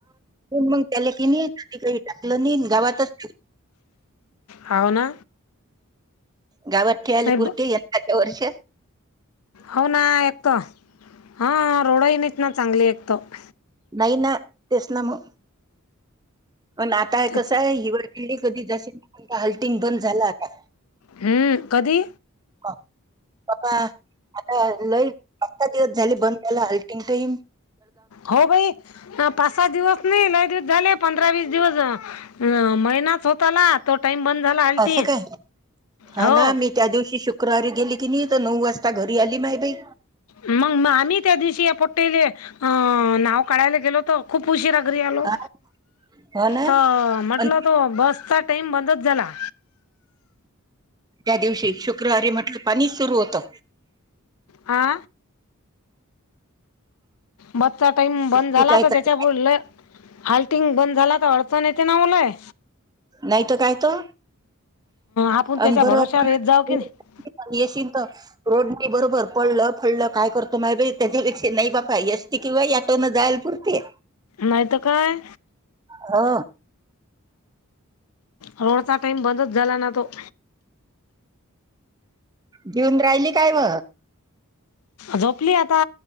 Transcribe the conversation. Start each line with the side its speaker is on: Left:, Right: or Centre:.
Right: मग त्याला की नाही काही टाकलं नाही गावातच
Left: हाव ना
Right: गावात ठेळाले
Left: नाही ब-
Right: पुरते यंदाच्या वर्ष
Left: हो ना एकत हा रोडही नाहीच ना चांगली एकत
Right: नाही ना तेसलामु पण आता हे
Left: त्याच
Right: कसं आहे हिवाळली कधी जास् हल्टिंग बंद झालं आता
Left: हम्म कधी?
Right: पा बा आता लय दिवस झाले बंदला हल्टीग टाईम
Left: हो भाई पाच सात दिवस नाही लाईट झाले पंधरा वीस दिवस महिनाच होत आला टाइम बंद झाला आलती
Right: असं काय हा
Left: हो
Right: ना मी त्या दिवशी श शुक्रारी गेली की नाही तर नऊ वाजता घरी आली माय बाई
Left: मग मग आम्ही त्या दिवशी या पट्टले अ नाव काढायला गेलो होतो. खूप उशीरा घरी आलो.
Right: हा हो ना
Left: तर म्हटलं
Right: आणि
Left: तो बसचा टाइम बंदच झाला.
Right: त्या दिवशी शुक्रवारी म्हटलं पाणी सुरू होतं.
Left: हा बसचा टाईम बंद झाला
Right: की काय
Left: तर
Right: चालू
Left: त्याच्या
Right: आहे?
Left: बोल आल्टिंग बंद झाला तर अडचण येते ना ओलाय
Right: नाहीत काय त
Left: आपण त्याच्या
Right: अन
Left: भरोश्यावर
Right: बर तर
Left: येत जाऊ की नाही
Right: रोड नाही बरोबर पड फडलं काय करत मा त्याच्यापेक्षा नाही बापा यश किंवा याटोन जायल पुरते
Left: नाहीय तकाय
Right: हा
Left: रोडचा टाईम बंदच झाला ना तो
Right: घेऊन राहिली काय म
Left: झोपली आता